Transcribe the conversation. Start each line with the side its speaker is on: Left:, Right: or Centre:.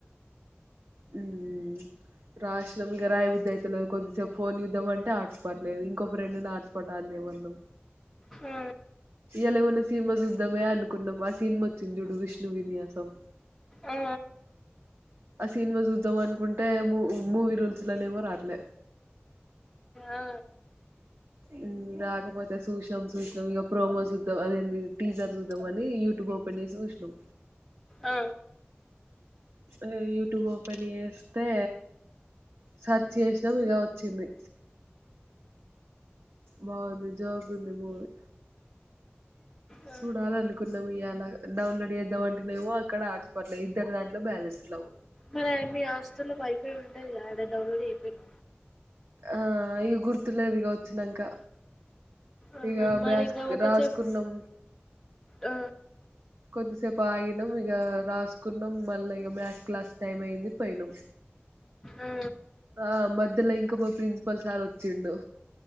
Right: మ్మ్ రాష్ట రాయ బుద్ధయితలేదు కొద్ది సేపు ఫోన్ చుద్దాం అంటే ఆట్ వట్లే ఇంకో ఫ్రెండ్ ను హాట్స్పా్ట్ ఆన్ చేయ్ మన్నం
Centre: ఆ
Right: ఇయా లెవెన్ డేస్ సినిమా చూద్దామే అనుకున్నాం ఆ సినిమా వచ్చింది చుడు విష్ణు విన్య సం
Centre: ఆ
Right: ఆ సినిమా చూద్దాం అనుకుంటే మూవ్ మూవీ రూల్స్ స్లా నెమో రావటలే
Centre: ఆ
Right: మ్మ్ రాకపోతే సుశీనం సుశినం ఇగ ప్రోమో సుద్దాం అదేంది టీజర్ చూద్దాం అని యూట్యూబ్ ఓపెన్ చేసి చూశినం
Centre: ఆ
Right: ఆ యూట్యూబ్ ఓపెన్ చేస్తే సర్చ్ చేసినం ఇగ వచ్చింది బాగుంది జోకుంది మూవి
Centre: ఆ
Right: సుడాలనుకున్నాం ఇయాల డౌన్లోడ్ చేద్దామంటేనేమొ అక్కడ హాట్స్పాట్ లే ఇద్దరు దాంట్లో బ్యాలెన్స్ లెవ్
Centre: మరె మీ హాస్టల్లో వైఫై ఉంటదిగా ఆడ డౌన్లోడ్ చేయకపోయినవ్
Right: ఆ ఇగ గుర్తులేదిగ వచ్చినంక
Centre: ఆహా
Right: ఇగ
Centre: మరి
Right: మ్యాసక్
Centre: గా ఒక
Right: రాసుకున్నం
Centre: చెప్ ఆ
Right: కొద్దిసేపు ఆగినం ఇక రాసుకున్నాం మళ్ళీ ఇక మ్యాథ్స్ క్లాస్ టైం అయింది పోనాం
Centre: ఆ
Right: ఆ మధ్యలో ఇంకక ప్రిన్సిపల్ సార్ వచ్చిండు